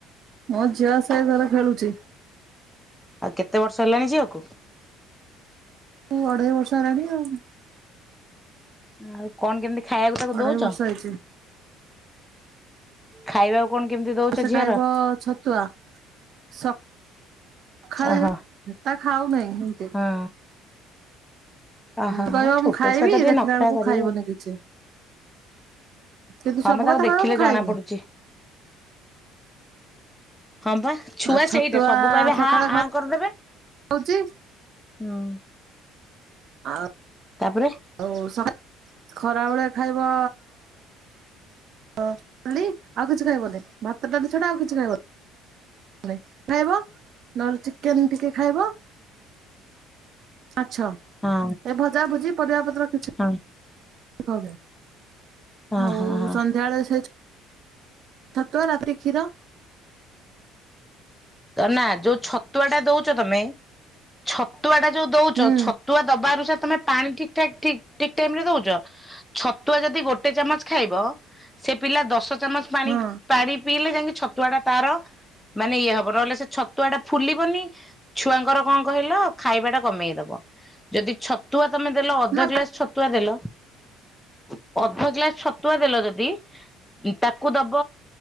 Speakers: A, on the right; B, in the centre.
A: ମୋ ଝିଅ ସେଇ ଘର ଖେଳୁଛି।
B: ଆଉ କେତେ ବର୍ଷ ହେଲାଣି ଝିଅକୁ।
A: ଅଢ଼େଇ ବର୍ଷ ହେଲାଣି ଆଉ।
B: ଆଉ କଣ କେମିତି ଖାଇବାକୁ ତାକୁ
A: ଅଢେଇ
B: ଦଉଛନ।
A: ବର୍ଷ ହେଇଛି
B: ଖାଇବାକୁ କଣ କେମିତି ଦଉଛ
A: ସେ
B: ଝିଅର?
A: ଖାଇବ ଛତୁଆ ସ ପଖାଳ
B: ଓହୋ
A: ତା ଖାଉ ନାହିଁ ଏତେ।
B: ହଁ ଓହୋ
A: କହିବ
B: ହଁ ଛୋଟ
A: ମୁଁ ଖାଇବି
B: ଛୁଆ ତ ଟିକେ
A: ଦେଖିଲା
B: ନଖରା
A: ବେଳକୁ
B: କରିବେ
A: ଖାଇବନି
B: ଆଉ।
A: କିଛି, କିନ୍ତୁ
B: ହଁ
A: ସବୁ
B: ମ ତାକୁ
A: କଥା
B: ଦେଖିଲେ
A: କହିବ ମୁଁ ଖାଇବି।
B: ଜଣା ପଡୁଛି। ହଁ ବା ଛୁଆ
A: ଆଉ ଛତୁଆ
B: ସେଇଟା ସବୁ କହିବେ
A: ସକାଳେ
B: ହ ଆଁ କରିଦେବେ
A: ଖାଉଛି
B: ହୁଁ।
A: ଆଉ
B: ତାପରେ।
A: ଆଉ ସ ଖରାବେଳେ ଖାଇବ ଡାଲି ଆଉ କିଛି ଖାଇବନି ଭାତ, ଡାଲି ସେଟା ଆଉ କିଛି ଖାଇବନି ଖାଇବ ନହଲେ ଚିକେନ୍। ଟିକେ ଖାଇବ। ମାଛ
B: ହଁ
A: ଏ ଭଜା ଭୁଜି। ପରିବା ପ ରଖୁ
B: ହଁ
A: <unintelligible>
B: ହଁ
A: ଆଉ
B: ହଁ ହଁ
A: ସନ୍ଧ୍ୟାବେଳେ ସେଇ ଛ ଛତୁଆ ରାତିରେ ଖିର।
B: ନା ଯୋଉ ଛତୁଆ ଟା ଦଉଛ ତମେ ଛପ ଛତୁଆ ଟା ଯୋଉ ଦଉଛ
A: ହୁଁ
B: ଛତୁଆ ଦବା ଅନୁସାରେ ତମେ ପାଣି ଠିକଠିକ ଟାଇମରେ ଦଉ ଛତୁ ଯଦି ଗୋଟେ ଚାମଚ ଖାଇବ ପିଲା ଦ ଶ ଚାମଚ ପାଣି
A: ହଁ
B: ପାରି ପିଇଲେ ଯାଇକି ଛତୁଆ ଟା ତାର ମାନେ ଇଏ ହବ। ରହଲେ ସେ ଛତୁଆ ଟା ଫୁଲିବନି ଛୁଆଙ୍କର କଣ କହିଲ ଖାଇବା ଟା କମେଇଦବ, ଯଦି ଛ ତମେ ଦେଲ ଅଧ
A: ନା
B: ଗ୍ଲାସ ଛତୁଆ ଦେଲ, ତ ଅଧ ଗ୍ଲାସ ଛତୁଆ ଦେଲ ଯଦି, ତାକୁ ଦବ